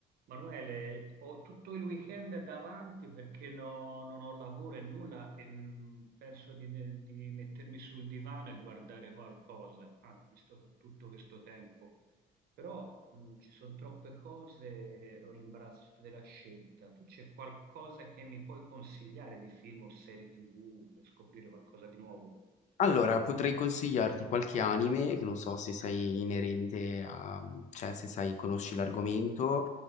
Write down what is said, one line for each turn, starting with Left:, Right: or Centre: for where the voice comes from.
Right: Manuele, ho tutto il weekend davanti perché no- non ho lavoro e nulla e mh, penso di, di mettermi sul divano e guardare qualcosa, ah, visto che ho tutto questo tempo. Però mh, ci sono troppe cose e ho l'imbarazzo della scelta. Tu c'è qualcosa che mi puoi consigliare di film o serie TV per scoprire qualcosa di nuovo?
Left: Allora, potrei consigliarti qualche anime, che non so se sei inerente a, mhmm, cioè se sai, conosci l'argomento,